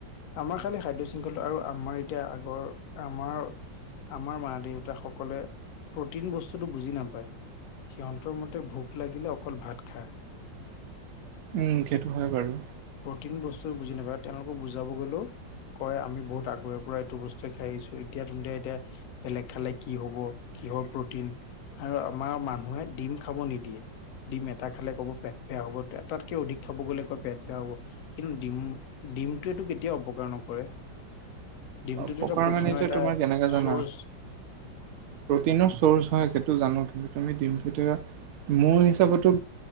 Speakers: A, on the left; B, on the right.
A: আমাৰ খালি খাদ্য শৃংখলা আৰু আমাৰ এতিয়া আগৰ! আমাৰ, আমাৰ মা দেউতাসকলে প্ৰটিন বস্তুটো বুজি নাপায়। সিহঁতৰ মতে ভোক লাগিলে অকল ভাত খায়।
B: উম সেইটো হয় বাৰু!
A: প্ৰটিন বস্তু বুজি নাপায়, তেওঁলোকক বুজাব গ'লেও! কয় আমি বহুত আগৰে পৰা এইটো বস্তুৱে খাই আহিছো, এতিয়া তুন্তে এতিয়া! বেলেগ খালে কি হ'ব কিহৰ প্ৰটিন আৰু আমাৰ মানুহে ডিম খাব নিদিয়ে ডিম এটা খালে ক'ব পেট বেয়া হ'ব তাতকে অধিক খাব গ'লে কয় পেট বেয়া হ'ব কিন্তু ডিম ডিমটোৱেতটো কেতিয়াও অপকাৰ নকৰে ডিমটোতো
B: অপকাৰ
A: এটা প্ৰটিনৰ
B: মানে এতিয়া
A: এটা
B: তোমাৰ কেনেকে জানা
A: চৰ্চ
B: প্ৰটিনৰ চৰ্চ হয় সেইটো জানো কিন্তু তুমি দিম তেতিয়া মোৰ হিচাপতো